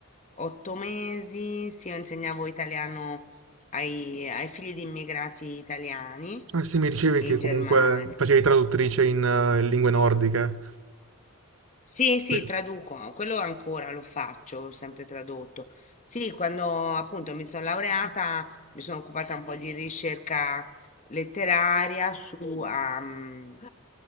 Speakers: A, on the left; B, on the right.
A: otto mesi, sì, io insegnavo italiano ai, ai figli di immigrati italiani
B: Ah, sì, mi dicevi
A: in
B: che comunque
A: Germania.
B: facevi traduttrice in eh, lingue nordiche.
A: Sì, sì,
B: Sì.
A: traduco, ah, quello ancora lo faccio, ho sempre tradotto. Sì, quando appunto mi sono laureata, mi sono occupata un po' di ricerca letteraria su, a, mm,